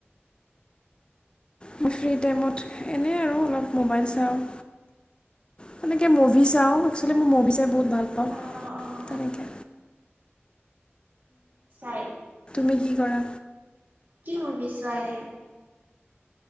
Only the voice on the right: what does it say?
অ', অ',
চাই
কি মুবি ছোৱাএ।